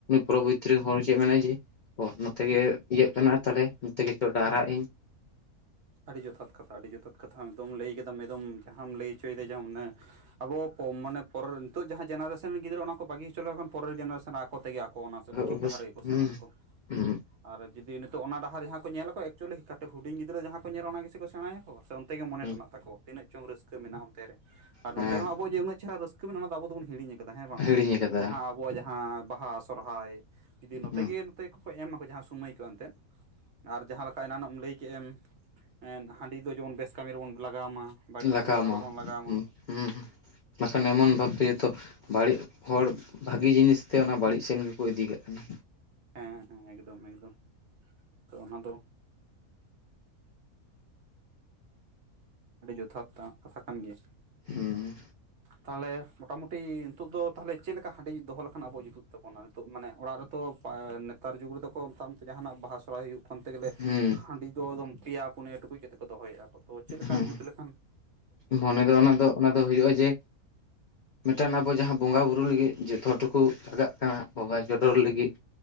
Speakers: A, on the left; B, on the right.
A: ᱯᱨᱚᱵᱤᱛᱨᱤ ᱨᱮ ᱦᱚᱲ ᱪᱮᱫ ᱢᱮᱱᱟ ᱡᱮ ᱱᱚᱛᱮ ᱜᱮ ᱤᱭᱟᱹᱜ ᱠᱟᱱᱟ ᱛᱟᱦᱞᱮ ᱱᱚᱛᱮ ᱜᱮ ᱪᱚ ᱦᱚᱨ ᱰᱟᱦᱟᱨᱟᱜᱼᱟᱹᱧ᱾ <inaudible>
B: ᱟᱹᱰᱤ ᱡᱚᱛᱷᱟᱛ ᱠᱟᱛᱷᱟ, ᱟᱹᱰᱤ ᱡᱚᱛᱷᱟᱛ ᱠᱟᱛᱷᱟ ᱮᱫᱚᱢ ᱞᱟᱹᱭ ᱠᱮᱫᱟᱢ ᱮᱠᱫᱚᱢ ᱡᱟᱦᱟᱸᱢ ᱞᱟᱹᱭᱼᱼ <unintelligible> ᱪᱚᱭ ᱡᱮ ᱢᱚᱱᱮ ᱟᱵᱚ ᱢᱟᱱᱮ ᱯᱚᱨ ᱱᱤᱛᱚᱜ ᱡᱟᱦᱟᱸ ᱡᱮᱱᱟᱨᱮᱥᱚᱱ ᱨᱮᱱ ᱜᱤᱫᱽᱨᱟᱹ ᱚᱱᱟᱼᱼ ᱠᱚ ᱵᱟᱹᱜᱤ ᱦᱚᱪᱚ ᱞᱮᱠᱚ ᱠᱷᱟᱱ ᱯᱚᱨᱮᱨ ᱡᱮᱱᱟᱨᱮᱥᱚᱱ ᱟᱠᱚ ᱛᱮᱜᱮ ᱟᱠᱚ ᱚᱱᱟ ᱴᱷᱤᱠ
A: ᱚᱵᱚᱥ
B: ᱰᱟᱦᱟᱨ ᱨᱮᱜᱮ ᱠᱚ ᱥᱮᱱᱚᱜ
A: ᱦᱩᱸ
B: ᱟᱠᱚ᱾
A: ᱦᱩᱸ
B: ᱟᱨ ᱡᱩᱫᱤ ᱱᱤᱛᱚᱜ ᱚᱱᱟ ᱰᱟᱦᱟᱨ ᱡᱟᱦᱟᱸ ᱠᱚ ᱧᱮᱞ ᱠᱚᱣᱟ ᱮᱠᱪᱩᱭᱮᱞᱤ <unintelligible> ᱦᱩᱰᱤᱧ ᱜᱤᱫᱽᱨᱟᱹ ᱡᱟᱦᱟᱸ ᱠᱚ ᱧᱮᱞᱟ ᱚᱱᱟ ᱜᱮ ᱥᱮ ᱠᱚᱼᱼ ᱥᱮᱬᱟᱭᱟ ᱠᱚ ᱥᱮ ᱚᱱᱛᱮ ᱜᱮ ᱢᱚᱱᱮ
A: ᱦᱩᱸ
B: ᱴᱟᱱᱚᱜ ᱛᱟᱠᱚ ᱛᱤᱱᱟᱹᱜ ᱪᱚᱝ ᱨᱟᱹᱥᱠᱟᱹ ᱢᱮᱱᱟᱜᱼᱟ ᱚᱱᱛᱮ ᱨᱮ᱾ ᱟᱨ
A: ᱦᱮᱸ
B: ᱱᱚᱛᱮ ᱨᱮᱦᱚᱸ ᱟᱵᱚᱣᱟᱜ ᱡᱮ ᱩᱱᱟᱹᱜ ᱪᱮᱦᱨᱟ ᱨᱟᱹᱥᱠᱟᱹ ᱢᱮᱱᱟᱜ ᱚᱱᱟ ᱫᱚ ᱟᱵᱚ ᱫᱚᱵᱚᱱ ᱦᱤᱲᱤᱧ ᱟᱠᱟᱫᱟ ᱦᱮᱸ ᱵᱟᱝ
A: ᱦᱤᱲᱤᱧ
B: ᱥᱮ
A: ᱟᱠᱟᱫᱟ
B: ᱡᱟᱦᱟᱸᱼᱼ ᱟᱵᱚᱣᱟᱜ ᱡᱟᱦᱟᱸ ᱵᱟᱦᱟ, ᱥᱚᱨᱦᱟᱭ ᱡᱩᱫᱤ ᱱᱚᱛᱮ
A: ᱦᱩᱸ
B: ᱜᱮᱼᱼ ᱛᱮ ᱠᱚᱠᱚ ᱮᱢᱟᱠᱚ ᱡᱟᱦᱟᱸ ᱥᱚᱢᱚᱭ ᱠᱚ ᱮᱱᱛᱮᱫ ᱟᱨ ᱡᱟᱦᱟᱸ ᱞᱮᱠᱟ ᱮᱱᱟᱱ ᱮᱢ ᱞᱟᱹᱭ ᱠᱮᱜ ᱮᱢᱼᱼ <unintelligible> ᱦᱟᱺᱰᱤ ᱫᱚ ᱡᱮᱢᱚᱱ ᱵᱮᱥ ᱠᱟᱹᱢᱤ ᱨᱮᱵᱚᱱ ᱞᱟᱜᱟᱣ ᱢᱟ, ᱵᱟᱹᱲᱤᱡ
A: ᱞᱟᱜᱟᱣ
B: ᱠᱟᱹᱢᱤᱨᱮ ᱟᱨᱚ ᱵᱚᱱ ᱞᱟᱜᱟᱣ ᱢᱟ᱾
A: ᱦᱩᱸ ᱦᱩᱸ᱾ ᱢᱟᱥᱮ ᱢᱮᱢᱚᱱ ᱵᱷᱟᱵ ᱛᱮ ᱡᱚᱛᱚ ᱵᱟᱹᱲᱤᱡ ᱦᱚᱲ ᱵᱷᱟᱜᱤ ᱡᱤᱱᱤᱥ ᱛᱮ ᱚᱱᱟ ᱵᱟᱹᱲᱤᱡ ᱥᱮᱱ ᱜᱮᱼᱼ ᱠᱚ ᱤᱫᱤ ᱠᱟᱜ ᱠᱟᱱᱟ᱾
B: ᱦᱮᱸ ᱦᱮᱸ, ᱮᱠᱫᱚᱢᱼᱮᱠᱫᱚᱢ ᱛᱚ ᱚᱱᱟ ᱫᱚᱼᱼ ᱟᱹᱰᱤ ᱡᱚᱛᱷᱟᱛ ᱠᱟᱛᱷᱟ ᱠᱟᱱ ᱜᱮᱭᱟ᱾
A: ᱦᱩᱸ
B: ᱛᱟᱦᱚᱞᱮ ᱢᱚᱴᱟᱢᱩᱴᱤ ᱱᱤᱛᱳᱜ ᱫᱚ ᱛᱟᱦᱞᱮ ᱪᱮᱫᱞᱮᱠᱟ ᱦᱟᱺᱰᱤ ᱫᱚᱦᱚ ᱞᱮᱠᱷᱟᱱ ᱟᱵᱚ ᱡᱩᱛᱩᱜ ᱛᱟᱵᱚᱱᱟ᱾ ᱢᱟᱱᱮ ᱚᱲᱟᱜ ᱨᱮᱛᱚ ᱱᱮᱛᱟᱨ ᱡᱩᱜᱽ ᱨᱮᱫᱚ ᱠᱚ ᱢᱮ ᱛᱮ ᱡᱟᱦᱟᱱᱟᱜ ᱵᱟᱦᱟᱼᱼ ᱟᱭ ᱦᱩᱭᱩᱜ ᱠᱟᱱᱛᱮ ᱜᱮᱞᱮ
A: ᱦᱩᱸ
B: ᱦᱟᱺᱰᱤ ᱫᱚ ᱮᱠᱫᱚᱢ ᱯᱮᱭᱟ ᱯᱩᱱᱭᱟ ᱴᱩᱠᱩᱡ ᱠᱟᱛᱮ ᱠᱚ ᱫᱚᱦᱚᱭᱮᱼᱟ ᱛᱚ᱾ ᱠᱟᱱ
A: ᱦᱩᱸ
B: ᱡᱩᱛ ᱞᱮᱠᱷᱟᱱᱼᱼ
A: ᱢᱚᱱᱮ ᱫᱚ ᱚᱱᱟ ᱫᱚ ᱚᱱᱟ ᱫᱚ ᱦᱩᱭᱩᱜᱼᱟ ᱡᱮ, ᱢᱤᱫᱴᱟᱝ ᱟᱵᱚ ᱡᱟᱦᱟᱸ ᱵᱚᱸᱜᱟ ᱵᱩᱨᱩ ᱞᱟᱹᱜᱤᱫ ᱡᱚᱛᱚᱴᱩᱠᱩ ᱞᱟᱜᱟᱜ ᱠᱟᱱᱟ ᱵᱚᱸᱜᱟ ᱪᱚᱰᱚᱨ ᱞᱟᱹᱜᱤᱫᱼᱼ